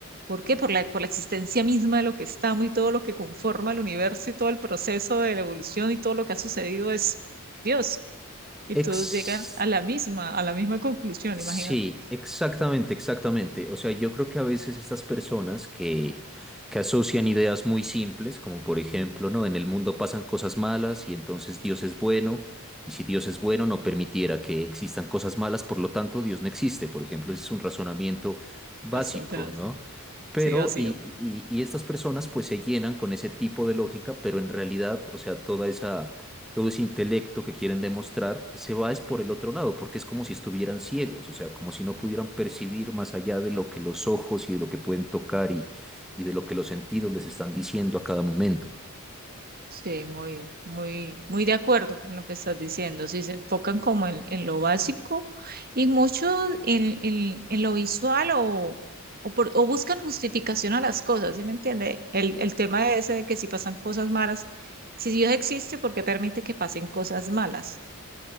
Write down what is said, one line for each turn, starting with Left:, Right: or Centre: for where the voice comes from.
Right: ¿Por qué? Por la, por la existencia misma de lo que estamos y todo lo que conforma el universo y todo el proceso de la evolución y todo lo que ha sucedido es Dios. Y
Centre: Ex-
Right: todos llegan a la misma, a la misma conclusión,
Centre: sí,
Right: imagínate.
Centre: exactamente, exactamente. O sea, yo creo que a veces estas personas que, que asocian ideas muy simples, como por ejemplo, ¿no? En el mundo pasan cosas malas y entonces Dios es bueno, y si Dios es bueno no permitiera que existan cosas malas, por lo tanto Dios no existe, por ejemplo, ese es un razonamiento básico,
Right: Bastante, vas-
Centre: ¿no? Pero,
Right: sí, vacío.
Centre: y, y, y estas personas pues se llenan con ese tipo de lógica, pero en realidad, o sea, toda esa todo ese intelecto que quieren demostrar se va es por el otro lado, porque es como si estuvieran ciegos, o sea, como si no pudieran percibir más allá de lo que los ojos y de lo que pueden tocar y, y de lo que los sentidos les están diciendo a cada momento.
Right: Sí, muy, muy, muy de acuerdo con lo que estás diciendo. Sí, se enfocan como en, en lo básico y mucho en, en, en lo visual o, o, por- o buscan justificación a las cosas, ¿sí me entiende? El, el tema ese de que si pasan cosas malas, si Dios existe, ¿por qué permite que pasen cosas malas?